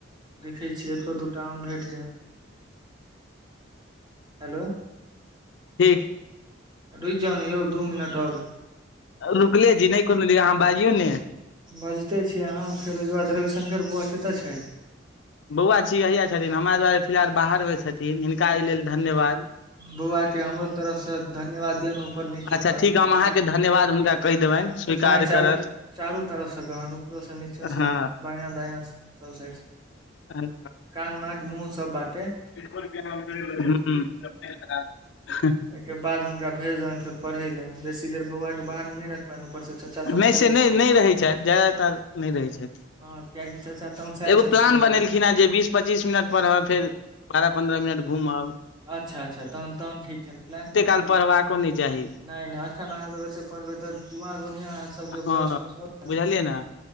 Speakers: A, on the right (about 25°); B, on the left (about 65°).
A: देखै छियै एको दूटा आम भेट जाय हेलो
B: ठीक
A: रूकि जाउ ने यौ दू मिनट आर
B: रुकले छी नहि कोनो दीद अहाँ बाजियौ ने
A: बजिते छी अहाँ फेर ओहिके बाद रविशकर बौआ कतय छथि
B: बौआ छी हइया छथिन हमरा दुआरे फिलहाल बाहरमे छथिन हिनका एहि लेल धन्यवाद
A: बौआ के हमरो तरफसँ धन्यवाद दियनु उपर निचा
B: अच्छा
A: चारू
B: ठीक हम
A: तरफसँ
B: अहाँके धन्यवाद हुनका कहि देबनि स्वीकार
A: नहि चारू
B: करत
A: चारू तरफ से कहनु ऊपरोसँ नीचोसे
B: हँ
A: बायां दाया सब साइड
B: हं
A: कान नाक मुँह सब बाटे
B: हम्म
A: ओइ के बाद हुनका भेज देभनि फेर पढ़े ले बेसी देर बौआ के बाहर मे नहि रख उपर सँ चचा तमसायल
B: नहि से नहि
A: छलनि
B: नहि रहैत छथि ज्यादातर नहि रहैत छथि
A: हँ कियकि चाचा तमसायल
B: एगो
A: छथिन
B: प्लान
A: हुनकर
B: बनेलखिन
A: आइ
B: हेँ जे बीस पच्चीस मिनट पढब फेर बारह पन्द्रह मिनट घुमब
A: अच्छा अच्छा तहन तह ठीक छै प्लान त
B: काल पढ़बाको नइ चाही
A: नहि नहि एखन अहाँसब एते पढ़बै तऽ दिमाग ओहिना अहाँ सभके
B: हँ
A: भ्रष्ट अछि
B: बुझलियै ने